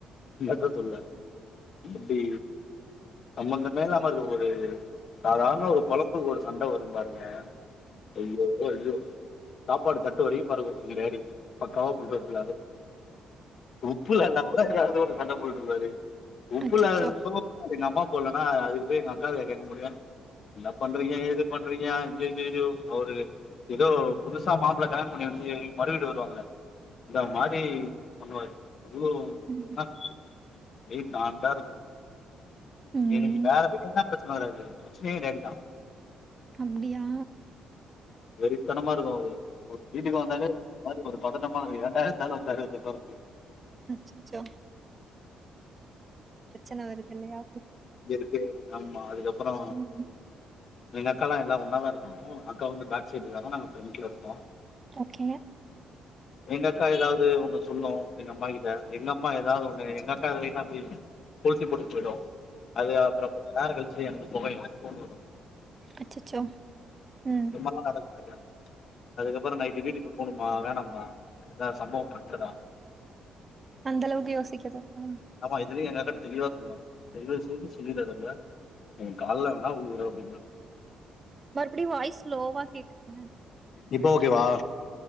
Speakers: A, on the left; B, on the right.
A: என்னத்த சொல்ல அப்டி சம்பந்தமே இல்லாம இருக்க ஒரு சாதாரண ஒரு கொழம்புக்கு ஒரு சண்ட வரோ பாருங்க ஐயோ ஐயோ சாப்பாடு தட்டு வரையு பாருக்கும் எங்க டேடி பக்கவா <unintelligible> உப்புலலால அது ஒரு சண்டை போட்டு இருப்பாரு உப்பு
B: அச்சச்சோ!
A: இல்லாததுக்கும் எங்க அம்மா போ அதுக்கு போய் எங்க அக்கவயா கேட்க முடியன் என்ன பண்றிங்க ஏது பன்றிங்க ஐய்யயயோ ஒரு எதோ புதுசா மாப்ள கல்யாணம் பன்னி வந்து மறு வீடு வருவாங்களே அந்த மாரி டே பண்ணுவாரு அவ்ளோ
B: ம்.
A: நல்லா இருக் ப்டியே ண்டாருக்கு
B: ம்.
A: எனக்கு வேற விதத்துல பிரச்சன வறாது பிரச்சனையே டையாதுகா
B: அப்டியா
A: வெறித்தனமா இருக்கு அவரு ஒரு வீட்டுக்கு வந்தாலே நம்ப ஒரு மாறி ஒரு பதட்டமா இருக்கு ஏன்டா இந்த ஆளு வந்தாரு வந்து உட்காறக்
B: அச்சச்சோ! பிரச்சண வர்துல்லயா
A: இருக்கு ஆமா அதுக்கப்றோ
B: ம்.
A: எங்க அக்கா லா எல்லா ஒன்னாதான் இருக்கோ அக்கா வந்து பேக் சைடு இருக்காங்க நாங்க ஃப்ரண்ட்ல இருக்கோ
B: ஓக்கேங்க
A: எங்க அக்கா ஏதாவது ஒண்ணு சொல்லும் எங்க அம்மா கிட்ட எங்க அம்மா ஏதாவது ஒண்ணு எங்க அக்கா கிட்ட அப்டி கொளுத்தி போட்டுட்டு போயிடு அது அப்புறோ கொஞ்ச நேர கழ்ச்சி எனக்கு பொகையும் கொண்டு வரு
B: அச்சச்சோ ம்.
A: இதுமால்லா நடக்கு இல்லியா அதுக்கப்பறோ நைட்டு வீட்டுக்கு போணுமா வேணாமா எதா சம்பவம் பண்டுதா
B: அந்தளவுக்கு யோசிக்காதாமா
A: ஆமா இதுலயும் எங்க அக்காட்ட தெளிவா சொல்லுவா தயிவ செஞ்சி சொல்லிதாறப் புளே உ கால்லே வேணா உழுவுறே அப்டின்னா
B: மறுபடி வாய்ஸ் லோவா கேக்குதுங்க
A: இப்ப ஓகேவா